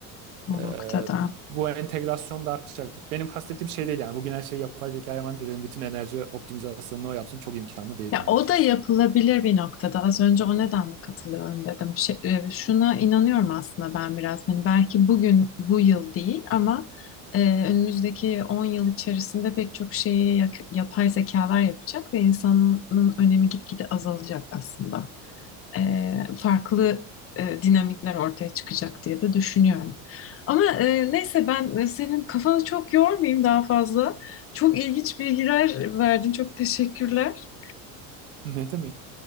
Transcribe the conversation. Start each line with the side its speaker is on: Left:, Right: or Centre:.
Left: o
Right: e,
Left: noktada.
Right: bu entegrasyon da artacaktır. Benim kastettiğim şey değil yani bugün her şeyi yapay zekaya emanet edelim bütün enerji optimizasyonunu o yapsın çok imkanlı değil
Left: Ya
Right: tabii
Left: o
Right: ki.
Left: da
Right: <laughs>
Left: yapılabilir bir noktada. Az önce o nedenle katılıyorum dedim. Şey- e, şuna inanıyorum aslında ben biraz. Hani belki bugün bu yıl değil ama e, önümüzdeki 10 yıl içerisinde pek çok şeyi yak- yapay zekalar yapacak ve insanın önemi gitgide azalacak aslında. e, farklı e, dinamikler ortaya çıkacak diye de düşünüyorum. Ama e, neyse ben e, senin kafanı çok yormayayım daha fazla. Çok ilginç bilgiler verdin. Çok teşekkürler.
Right: Ne demek?